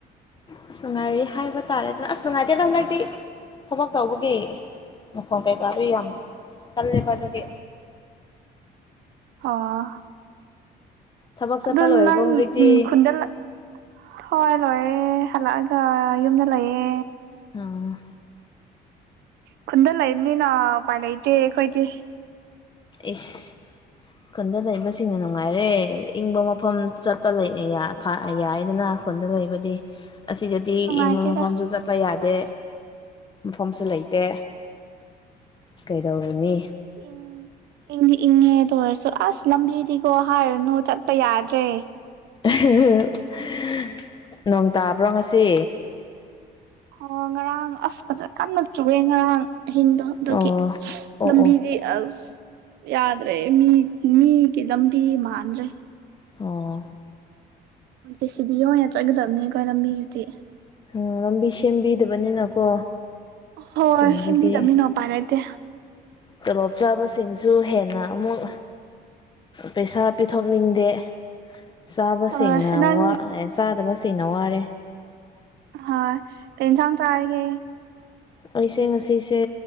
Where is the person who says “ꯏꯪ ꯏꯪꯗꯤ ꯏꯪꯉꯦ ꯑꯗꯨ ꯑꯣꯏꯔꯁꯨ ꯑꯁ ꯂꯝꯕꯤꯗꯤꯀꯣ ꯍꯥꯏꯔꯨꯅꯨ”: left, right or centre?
Right